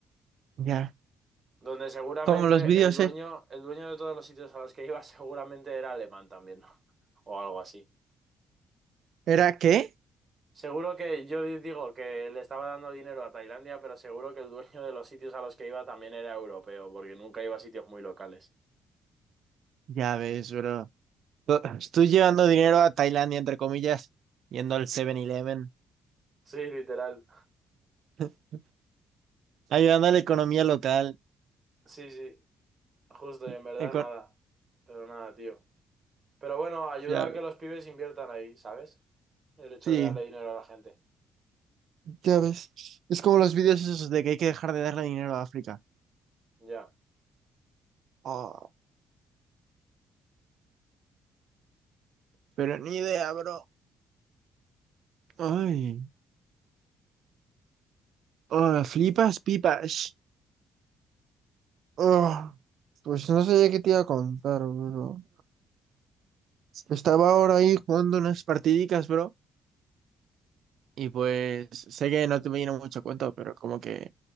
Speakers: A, on the right; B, on the right.
A: ya.
B: Donde seguramente
A: Como los vídeos,
B: el dueño,
A: ¿eh?
B: el dueño de todos los sitios a los que iba <laughs> seguramente era alemán también, <laughs> o algo así.
A: ¿Era qué?
B: Seguro que yo di- digo que le estaba dando dinero a Tailandia, pero seguro que el dueño de los sitios a los que iba también era europeo, porque nunca iba a sitios muy locales.
A: Ya ves, bro. <laughs> Tú tú llevando dinero a Tailandia, entre comillas, yendo al Seven eleven
B: Sí, literal.
A: <laughs> ayudando a la economía local.
B: Sí, sí, justo,
A: y-
B: y en verdad
A: eco-
B: nada. Pero nada, tío. Pero bueno, ayuda
A: ya-
B: a que los pibes inviertan ahí, ¿sabes? El hecho
A: sí,
B: de darle dinero a la gente.
A: ya ves. Es como los vídeos esos de que hay que dejar de darle dinero a África.
B: Ya.
A: Oh, pero ni idea, bro. Ay, oh, flipas pipas. Oh, pues no sé qué te iba a contar, bro. Estaba ahora ahí jugando unas partidicas, bro. Y pues sé que no te viene mucho a cuento, pero como que